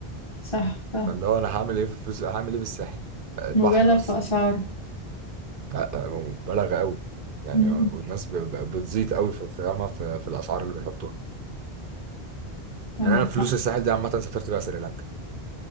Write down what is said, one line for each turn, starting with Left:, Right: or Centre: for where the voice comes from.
Left: صح صح
Right: فاللي هو انا هعمل ايه في فلوس هعمل ايه بالساحل البحر
Left: مبالغ
Right: بس
Left: في اسعاره
Right: لا هو مبالغه قوي يعني
Left: مم.
Right: والناس ب- ب- بتزيد قوي في في فاهمة في, في الاسعار اللي بيحطوها
Left: عندك
Right: يعني انا فلوس
Left: حق
Right: الساحل دي عامه سافرت بيها سريلانكا